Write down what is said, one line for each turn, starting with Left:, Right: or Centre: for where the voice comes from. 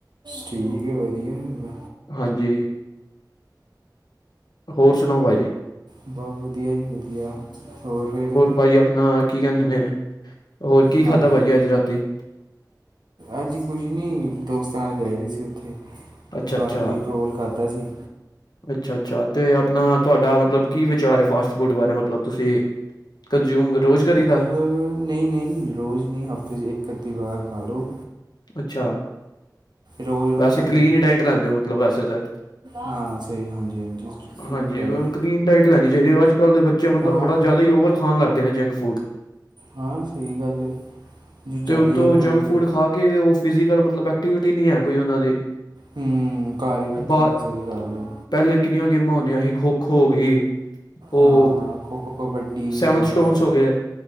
Right: ਠੀਕ ਹੈ ਵਧੀਆ ਹਮ
Left: ਹਾਂਜੀ ਹੋਰ ਸੁਣਾਓ ਭਾਜੀ
Right: ਬਹੁਤ ਵਧੀਆ ਜੀ ਵਧੀਆ ਹੋਰ ਫਿਰ
Left: ਭਾਜੀ ਆਪਣਾ ਕੀ ਕਹਿੰਦੇ ਨੇ ਹੋਰ ਕੀ ਖਾਧਾ
Right: ਹਾਂਜੀ
Left: ਭਾਜੀ ਅੱਜ ਰਾਤੀ
Right: ਅੱਜ ਕੁਝ ਨੀ ਦੋਸਤ ਚਾਹ ਗਏ ਦੀ ਸੀ ਉੱਥੇ
Left: ਅੱਛਾ
Right: ਬਾਹਰੋਂ
Left: ਅੱਛਾ
Right: ਦੀ ਰੋਲ ਖਾਧਾ ਸੀ
Left: ਅੱਛਾ ਅੱਛਾ ਤੇ ਆਪਣਾ ਤੁਹਾਡਾ ਮਤਲਬ ਕੀ ਵਿਚਾਰ ਹੈ ਫਾਸਟ ਫੂਡ ਬਾਰੇ ਮਤਲਬ ਤੁਸੀਂ ਕੰਜ਼ਿਊਮ ਰੋਜ਼ ਕਰੀਦਾ
Right: ਮਤਲਬ ਨਹੀਂ ਨਹੀਂ ਰੋਜ਼ ਨਹੀਂ ਹਫ਼ਤੇ ਚ ਇੱਕ ਅੱਧੀ ਵਾਰ ਹਲੋ
Left: ਅੱਛਾ
Right: ਰੋਜ਼ ਰੋਜ਼
Left: ਵੈਸੇ
Right: ਤਾਂ ਫਿਰ
Left: ਕਲੀਨ ਹੀ ਡਾਇਟ ਲੈਂਦੇ ਹੋ ਮਤਲਬ ਵੈਸੇ ਤਾਂ
Right: ਹਾਂ ਸਹੀ ਹਾਂਜੀ ਹਾਂਜੀ
Left: ਹਾਂਜੀ
Right: ਡਾਈਟ
Left: ਕਲੀਨ ਡਾਇਟ ਲੈਣੀ ਚਾਹੀਦੀ ਅੱਜ ਕੱਲ ਦੇ ਬੱਚੇ ਮਤਲਬ
Right: ਹਾਂ
Left: ਬੜਾ ਜ਼ਿਆਦਾ ਹੀ ਓਵਰ ਖਾਣ ਲੱਗ ਗਏ ਨੇ ਜੰਕ ਫੂਡ
Right: ਹਾਂ ਸਹੀ ਗੱਲ ਜੋ ਜ਼ਿਆਦਾ
Left: ਤੇ ਉਤੋਂ
Right: ਹੀ ਫਿਰ
Left: ਜੰਕ ਫੂਡ ਖਾ ਕੇ ਉਹ ਫਿਜ਼ਕਲ ਮਤਲਬ ਐਕਟੀਵਿਟੀ ਨਹੀਂ ਹੈ ਕੋਈ ਉਹਨਾਂ ਦੇ
Right: ਹੂੰ ਘਰ ਹੀ ਬੈਠੇ
Left: ਬਰ
Right: ਰਹਿੰਦੇ ਸਹੀ ਗੱਲ ਹੈ
Left: ਪਹਿਲੇ ਗੇਮਾਂ ਹੁੰਦੀਆਂ ਸੀ ਖੋ ਖੋ ਹੋ ਗਈ ਉਹ
Right: ਹਾਂ ਖੋ ਖੋ ਕਬੱਡੀ
Left: ਸੈਵਨ
Right: ਵਗੈਰਾ
Left: ਸਟੋਨਸ ਹੋ ਗਏ